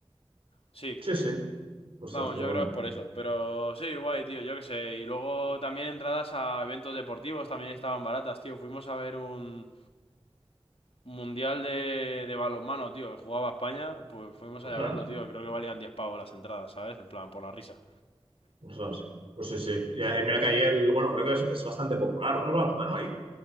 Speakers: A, on the left (about 70°); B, on the right (about 65°).
A: Sí,
B: Sí, sí. Ostras,
A: Vamos,
B: qué
A: yo
B: bueno.
A: creo que es por eso. Pero sí, guay, tío, yo qué sé. Y luego también entradas a eventos deportivos también estaban baratas, tío. Fuimos a ver un un mundial de, de balonmano, tío, que jugaba España. Pues fuimos allá
B: Ostras,
A: a verlo, tío. Creo que valían 10 pavos las entradas, ¿sabes? En plan, por la risa.
B: ostras. Pues sí, sí. Ya, y mira que ahí el, bueno, creo que es, es bastante popular, ¿no? El balonmano ahí.